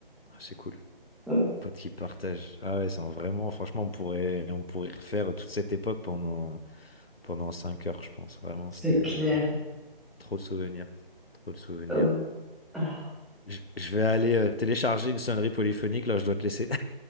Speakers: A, on the left; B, in the centre.
A: Ah, c'est cool.
B: Ouais,
A: Potes qui partagent. Ah ouais, c'est en- vraiment, franchement, on pourrait, on pourrait refaire toute cette époque pendant, pendant 5 heures, je pense. Vraiment,
B: c'est
A: c'était
B: clair.
A: trop de souvenirs. Trop de souvenirs.
B: Ouais. Ah.
A: Je je vais aller euh, télécharger une sonnerie polyphonique, là, je dois te laisser.